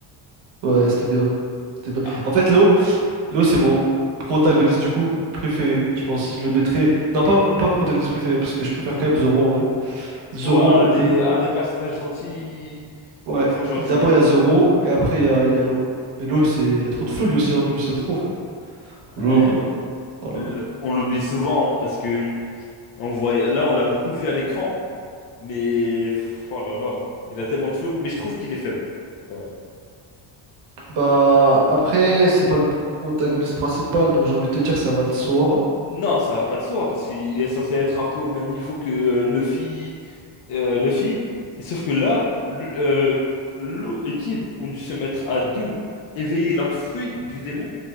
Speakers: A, on the right; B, on the left.
A: Ouais, c'était bien. C'était bien.
B: ah,
A: En fait, l'eau, l'eau c'est mon protagoniste du coup préféré. Je pense, je le mettrais... Non, pas, pas protagoniste préféré, parce que je préfère quand même Zoro en vrai. Zoro,
B: ouais, à
A: l'eau.
B: des, à des personnages gentils,
A: Ouais,
B: enfin gentils.
A: d'abord il y a Zoro, et après il y a, il y a l'eau. Mais l'eau, c'est... il a trop de flow lui aussi, hein. Lui c'est trop, frère. L'eau,
B: Euh,
A: bah, voilà.
B: le- on l'oublie souvent hein, parce que on voit, là, on l'a beaucoup vu à l'écran, mais pff, oh là là, il a tellement de flow, mais je trouve qu'il est faible quand même.
A: Bah, après, c'est pas le protagoniste principal, donc j'ai envie de te dire ça va de soi.
B: Non, ça va pas de soi parce qu'il est censé être un peu au même niveau que euh, Luffy. euh, Luffy. Et sauf que là, Lu- euh, Law et Kid ont dû se mettre à deux, éveiller leurs fruits du démon